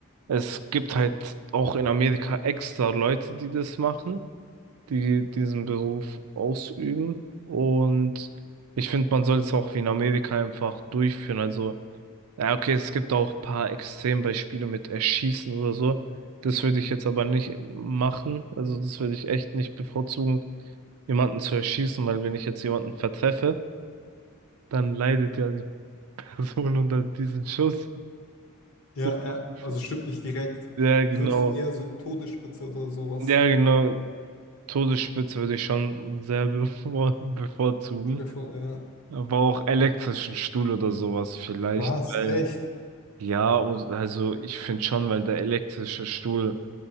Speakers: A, on the right (about 85°); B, on the left (about 75°).
A: es gibt halt auch in Amerika extra Leute, die das machen, die diesen Beruf ausüben und ich finde, man soll es auch wie in Amerika einfach durchführen, also Ja, okay, es gibt auch ein paar Extrembeispiele mit Erschießen oder so. Das würde ich jetzt aber nicht machen. Also das würde ich echt nicht bevorzugen, jemanden zu erschießen, weil wenn ich jetzt jemanden vertreffe, dann leidet ja die Person <laughs> unter diesem Schuss.
B: Ja,
A: <laughs>
B: ja, also stirbt nicht direkt.
A: Ja, genau.
B: Würdest du eher so eine Todesspritze oder sowas?
A: Ja, genau. Todesspitze würde ich schon sehr <laughs> bevor bevorzugen.
B: Stell dir vor, Ja.
A: Aber auch elektrischen Stuhl oder sowas vielleicht.
B: Was?
A: weil
B: Echt?
A: Ja, und also ich finde schon, weil der elektrische Stuhl,